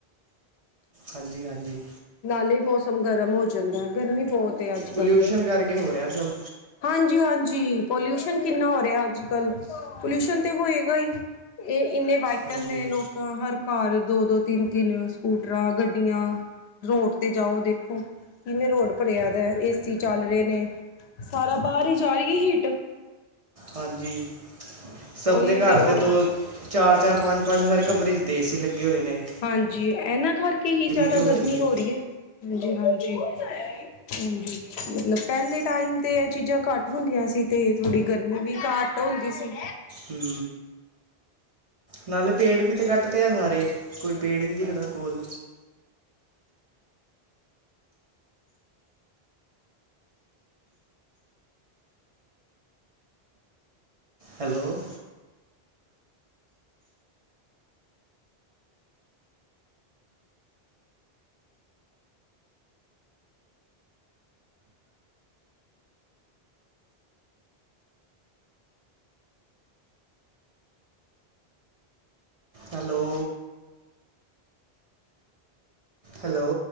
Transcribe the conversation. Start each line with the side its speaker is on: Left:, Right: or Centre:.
Right: ਹਾਂਜੀ-ਹਾਂਜੀ।
Left: ਨਾਲੇ ਮੌਸਮ ਗਰਮ ਹੋ ਜਾਂਦਾ ਗਰਮੀ ਬਹੁਤ ਏ ਅੱਜ-ਕੱਲ।
Right: ਪੋਲਿਊਸ਼ਨ ਕਰਕੇ ਹੋ, ਰੇ, ਆ, ਸਭ।
Left: ਹਾਂਜੀ-ਹਾਂਜੀ ਪੋਲਿਊਸ਼ਨ ਕਿੰਨਾ ਹੋ, ਰੇ, ਆ, ਅੱਜ- ਕੱਲ ਪੋਲਿਊਸ਼ਨ ਤੇ ਹੋਏਗਾ ਈ। ਇਹ ਇੰਨੇ ਵੀ। ਸਾਈਕਲ
Right: ਹਾਂਜੀ
Left: ਨੇ ਲੋਕਾਂ ਹਰ ਘਰ ਦੋ- ਦੋ- ਤਿੰਨ- ਤਿੰਨ ਸਕੂਟਰਾਂ, ਗੱਡੀਆ ਰੋਡ ਤੇ ਜਾਓ, ਦੇਖੋ ਕਿਵੇਂ ਰੋਡ ਭਰੇਆ, ਦਾ ਏਸੀ ਚੱਲ ਰਏ ਨੇ। ਸਾਰਾ ਬਾਰ ਈ ਜਾ ਰਈ ਹੀਟ।
Right: ਹਾਂਜੀ, ਸਭ
Left: ਉਹੀਓ
Right: ਦੇ ਘਰ
Left: ਉਹ
Right: ਤੇ ਦੋ ਚਾਰ-ਚਾਰ -ਪੰਜ- ਪੰਜ, ਹਰ ਕਮਰੇ ਚ ਤੇ ਏ, ਸੀ ਲੱਗੇ ਹੋਏ ਨੇ।
Left: ਹਾਂਜੀ, ਏਨਾਂ ਕਰਕੇ ਹੀ ਜਾਦਾ
Right: ਤੇ ਹੋਏਗੀ
Left: ਗਰਮੀ ਹੋ ਰਈ ਏ ਬਿਲਕੁਲ, ਹਾਂਜੀ। ਹਾਂਜੀ, ਮਤਲਬ ਪੇਲੇ ਟਾਈਮ 'ਤੇ ਏ ਚੀਜ਼ਾਂ ਘੱਟ ਹੁੰਦੀਆਂ ਸੀ, ਤੇ ਥੋੜ੍ਹੀ ਗਰਮੀ ਵੀ ਘੱਟ ਓ ਹੁੰਦੀ ਸੀ।
Right: ਹੂੰ ਨਾਲੇ ਪੇੜ ਵੀ ਤੇ ਕੱਟ ਤੇ ਆ ਸਾਰੇ, ਕੋਈ ਪੇੜ ਈ ਨਈ ਦਿਖਦਾ ਕੋਲ। Hello hello hello